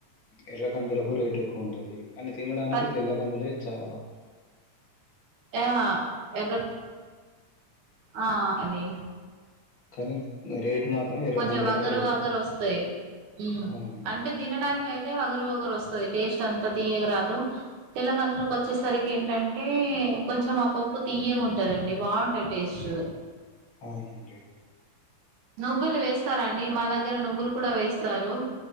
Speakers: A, on the left; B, on the right.
A: ఎర్ర కందులకు రేటు ఎక్కువ ఉంటది కానీ తినడానికి
B: పత్
A: తెల్ల కందులే చాలా బాగుంటాయి
B: ఆ ఎర్ర కం ఆ అండి
A: కానీ రేట్ మాత్రం ఎర్ర
B: కొంచెం
A: కందులకే
B: వగరు
A: రేట్
B: వగరు
A: ఎక్కువ.
B: వస్తాయి హ్మ్
A: అవునండి.
B: అంటే తినడానికి కయితే వగరు వగరు వస్తది టేస్ట్ అంతా తీయగరాదు తెల్ల కందులు కొచ్చేసరికి ఏంటంటే కొంచెం ఆ పప్పు తీయగా ఉంటందండి బాగుంటాయి టేస్ట్
A: అవునండి
B: నువ్వులు వేస్తారా అండి మా దగ్గర నువ్వులు కూడా వేస్తారు